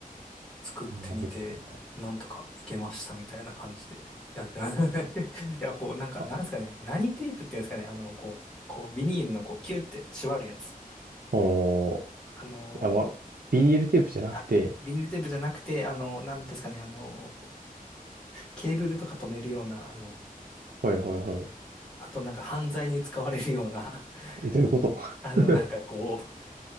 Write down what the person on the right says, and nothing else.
あー、あれだな。
あ、
おー、い
や、わビニールテープじゃなくて、
はいはいはい。
え、どういうこと
<laughs>